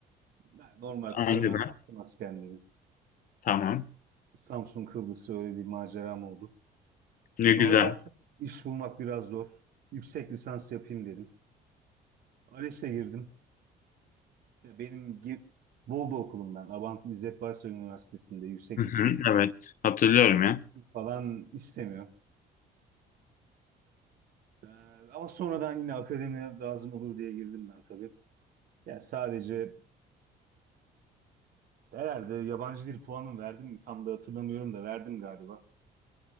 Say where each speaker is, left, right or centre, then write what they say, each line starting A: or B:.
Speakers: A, on the right; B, on the left.
A: Ben normal
B: Aynı
A: kısa dönem
B: ben.
A: yaptım askerliğimi.
B: Tamam.
A: Aynen. Samsun Kıbrıs öyle bir maceram oldu.
B: Ne
A: Sonra
B: güzel.
A: baktım iş bulmak biraz zor. Yüksek lisans yapayım dedim. ALES'e girdim. Ya benim gi- Bolu okulumdan, Abant İzzet Baysal Üniversitesi'nde yüksek
B: Hı hı,
A: lisans.
B: evet hatırlıyorum
A: Yabancı
B: ya.
A: dil falan istemiyor. Ee, ama sonradan yine akademiye lazım olur diye girdim ben tabii. Ya sadece herhalde yabancı dil puanım verdim mi? Tam da hatırlamıyorum da verdim galiba.